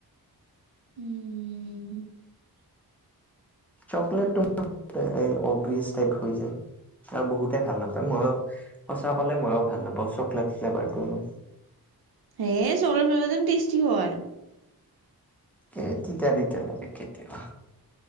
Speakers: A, on the right; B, in the centre.
A: উম।
B: চকলেতটো <unintelligible> অভিয়েচ টাইপ হয় যায়, আৰু বহুতে ভাল নাপায়। মই সঁচা কলে মইওঁ ভাল নাপাওঁ চকলেট ফ্লেভাৰটো ইমান
A: হে চকলেট ফ্লেভাৰ চোন টেষ্টি হয়।
B: এ, তিতা তিতা লাগে কেতিয়াবা